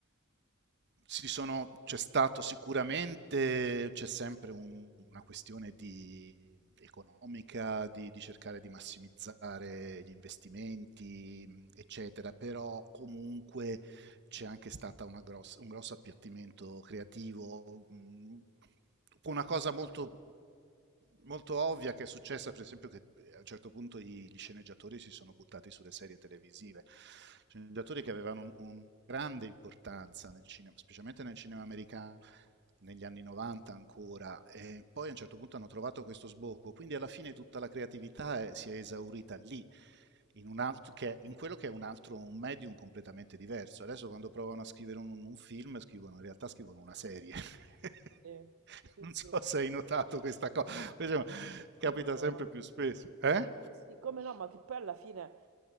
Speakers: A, on the right; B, on the right.
A: si sono- c'è stato sicuramente, c'è sempre un- una questione di- economica, di, di cercare di massimizzare gli investimenti, mh, eccetera, però comunque c'è anche stato gross- un grosso appiattimento creativo mh, con una cosa molto, molto ovvia che è successa, per esempio, che eh, a un certo punto i- gli sceneggiatori si sono buttati sulle serie televisive, sceneggiatori che avevano un, un grande importanza nel cinema, specialmente nel cinema americano negli anni 90 ancora, e poi a un certo punto hanno trovato questo sbocco, quindi alla fine tutta la creatività è- si è esaurita lì in, un altro, che, in quello che è un altro un medium completamente diverso. Adesso quando provano a scrivere un, un film, scrivono, in realtà scrivono una serie. <laughs>
B: Sì, sì,
A: non
B: sì.
A: so se hai notato questa cosa,
B: sì, Come
A: capita
B: no?
A: sempre più spesso. Eh?
B: Sì, sì, come no, ma che poi alla fine,